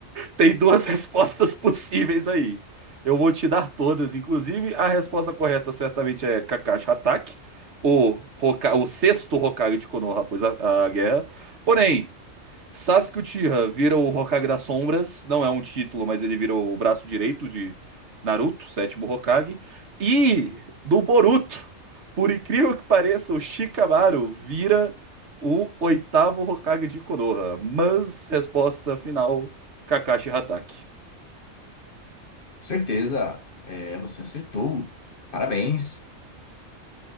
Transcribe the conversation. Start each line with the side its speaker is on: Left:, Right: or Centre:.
Right: Tem duas <laughs> respostas possíveis aí. Eu vou te dar todas, inclusive a resposta correta certamente é Kakashi Hatake, o, Hoka- o sexto Hokage de Konoha após a, a guerra. Porém, Sasuke Uchiha vira o Hokage das Sombras, não é um título, mas ele vira o braço direito de Naruto, sétimo Hokage. E do Boruto, por incrível que pareça, o Shikamaru vira o oitavo Hokage de Konoha. Mas resposta final, Kakashi Hatake.
Left: Certeza. É, você acertou. Parabéns.